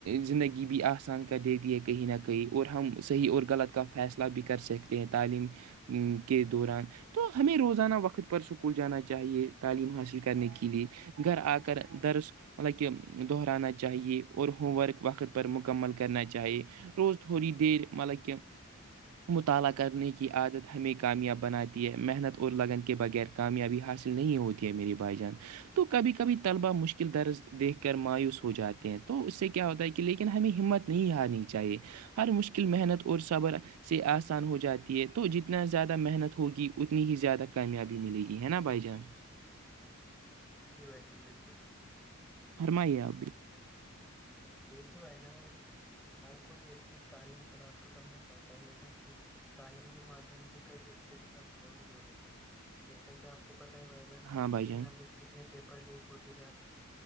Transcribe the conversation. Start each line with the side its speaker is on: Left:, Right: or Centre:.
Right: زندگی بھی آسان کر دتی ہے کہیں نہ کہیں اور ہم صحیح اور غلط کا فیصلہ بھی کر کر سکتے ہیں تعلیم کے دوران تو ہمیں روزانہ وقت پر اسکول جانا چاہیے تعلیم حاصل کرنے کے لیے گھر آ کر درس مطلب کہ دہرانا چاہیے اور ہوم ورک وقت پر مکمل کرنا چاہیے روز تھوڑی دیر مطلب کی مطالعہ کرنے کی عادت ہمیں کامیاب بناتی ہے محنت اور لگن کے بغیر کامیابی حاصل نہیں ہوتی ہے میری بھائی جان تو کبھی کبھی طلبا مشکل درز دیکھ کر مایوس ہو جاتے ہیں تو اس سے کیا ہوتا ہے کہ لیکن ہمیں ہمت نہیں ہارنی چاہیے ہر مشکل محنت اور صبر سے آسان ہو جاتی ہے تو جتنا زیادہ محنت ہوگی اتنی ہی زیادہ کامیابی ملے گی ہے نا بھائی جان
Centre: جی بھسان بالکل
Right: فرمائیے اب بھی
Centre: دیکھیے بائییدان ہر کوئی ویکتی تعلیم پراپت کرنا چاہتا ہے لیکن اس تعلیم کے مادھیم سے کئی ویکتیوں کے ساتھ فوٹ بھی ہو رہے جیسا کہ آپ کو پت ہے وحدانہ
Right: ہاں
Centre: کی
Right: بھائی
Centre: دنیا
Right: جان
Centre: میں کتنے پیپر لیک ہوتے جا رہے ہیں